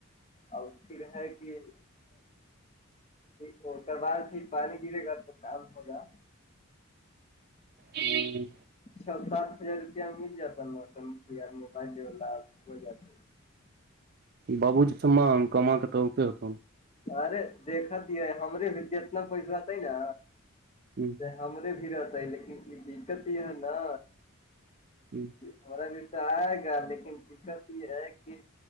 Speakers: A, on the left; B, on the right.
A: اور پھر ہے کہ یہ ھیک ک بار پھر پانی گرے گا تو کام ہوگا
B: ہی
A: ھا سات ہزار روپیہ مل جاتا نٹ موبائل والا ہو جاتا
B: بابو جی سے مانگ کم کے تو اتے ہوت
A: ارے دیکھتی ہے ہمارے بھی اتنا پیس ہوتا ہے نا
B: ھممم
A: ہمرے بھی رہتا ہے لیکن یہ دقت یہ ہے نا
B: ھممم
A: ہمارا بھی تو آئے گا لیکن دقت یہ ہے کہ